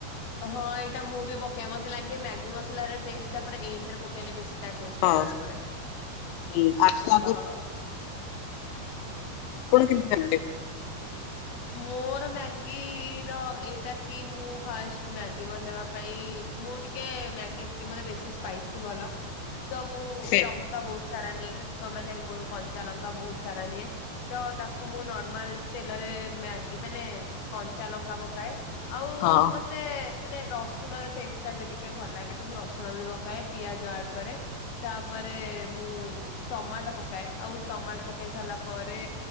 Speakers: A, on the left; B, on the left.
A: ହଁ ଏଇଟା ମୁଁ ବି ପକାଏ ମତେ ଲାଗେ ମ୍ୟାଗି ମସଲା ର ଟେଷ୍ଟ ଟା ପୁରା ଏଣ୍ଡେରେ ପକେଇଲେ ବେଶୀ ତା ଟେଷ୍ଟ
B: ହଁ
A: ଟା ଜଣା ପଡ଼େ
B: ହୁଁ, ଆଗ
A: ହଁ।
B: ଆଗ ଆପଣ କେମିତି କରନ୍ତି?
A: ମୋର ମ୍ୟାଗିର ଏଇଟା କି ମୁଁ ଫାଷ୍ଟ ମ୍ୟାଗି ବନେଇବା ପାଇଁ ମୁଁ ଟିକେ ମ୍ୟାଗି ଟିକେ ମତେ ବେଶୀ ସ୍ପାଇସି ଭଲ ତ ମୁଁ
B: ସେ
A: ଲ ଲଙ୍କା ବହୁତୁ ସାରା ନିଏ କ ମାନେ କ କଞ୍ଚା ଲଙ୍କା ବହୁତୁ ସାରା ନିଏ। ତ ତାକୁ ମୁଁ ନର୍ମାଲ ତେଲରେ ମ୍ୟାଗି ମାନେ କଞ୍ଚା ଲଙ୍କା ପକାଏ ଆଉ
B: ହଁ
A: ମା ପେ ମାନେ ରସୁଣର ଟେଷ୍ଟ ଟା ବି ଟିକେ ଭଲ ଲାଗେ ତ ମୁଁ ରସୁଣ ବି ପକାଏ ପିଆଜ ଆଡ କରେ। ତାପରେ ମୁଁ ଟମାଟ ପକାଏ ଆଉ ଟମାଟ ପକେଇ ସାରିଲା ପରେ